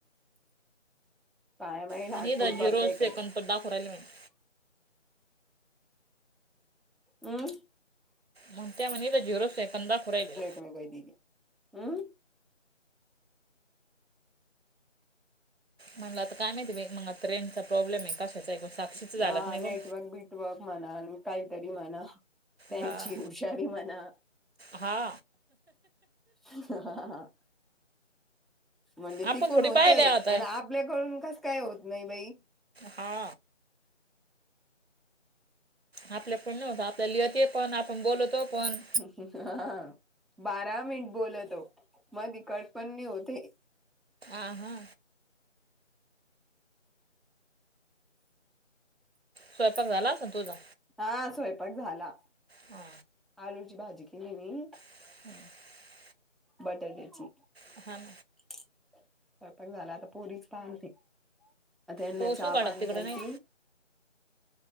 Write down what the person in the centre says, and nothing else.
काय माहीत
हाटफुल करते
काय
ते
हम्.
का द <unintelligible> अं,
हा
<inaudible> म्हणा, काहीतरी म्हणा, त्यांची
हुशारी म्हणा.
ह म्हणजे
तिकण
होतंय
आणि आप आपल्याकडून कसं काय होत नाही बाई.
हा बारा मिनिट बोललो, मधी कट पण नाही होते.
हा स्वयंपाक झाला
आलूची भाजी केली मी
बटर घ्यायची.
स्वयपाक झाला, आता पोरीच पाहान ते. आता यांना
चापानी
कंरती